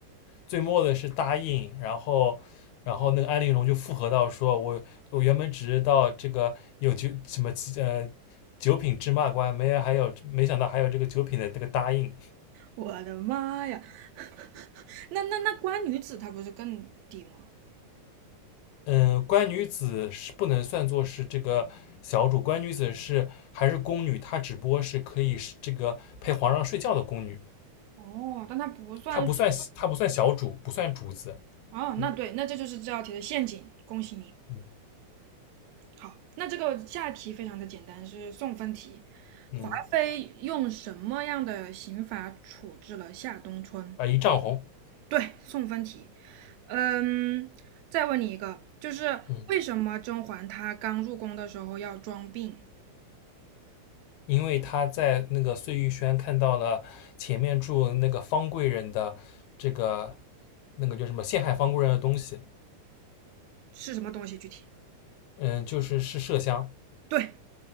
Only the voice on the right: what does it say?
我的妈呀！<laughs> 那那那官女子她不是更低吗？
哦，但她不算。
哦，那对，
那这就是这道题的陷阱，恭喜你。
好，那这个下题非常的简单，是送分题。
华妃用什么样的刑罚处置了夏冬春？
对，送分题。嗯，再问你一个，就是为什么甄嬛她刚入宫的时候要装病？
是什么东西？具体？
对，